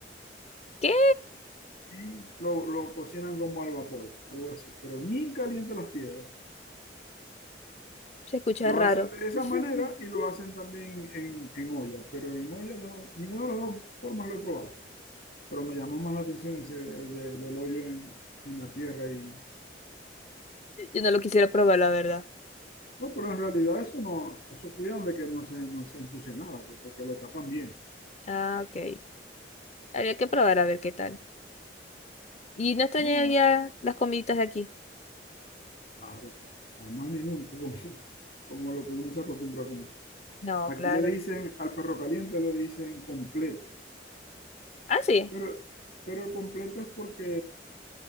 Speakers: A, on the left (about 35°); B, on the left (about 55°).
A: ¿Qué?
B: Sí, lo, lo cocinan como al vapor, algo así, pero bien caliente las piedras.
A: Se escucha
B: Lo
A: raro.
B: hacen de esa
A: <laughs>
B: manera y lo hacen también en, en olla, pero en olla no, ninguna de las dos formas lo he probado. Pero me llamó más la atención ese el de- del hoyo en, en la tierra y...
A: Yo no lo quisiera probar, la verdad.
B: No, pero en realidad eso no, eso cuidan de que no se, no se ensucie nada, pues, porque lo tapan bien.
A: Ah, ok. Habría que probar a ver qué tal. ¿Y no extrañaría
B: No, eh,
A: las comiditas de aquí?
B: claro, claro, jamás ni nunca, como, como lo que uno se acostumbra a comer.
A: No,
B: Aquí
A: claro.
B: le dicen, al perro caliente le dicen completo
A: Ah, sí.
B: Pero, pero completo es porque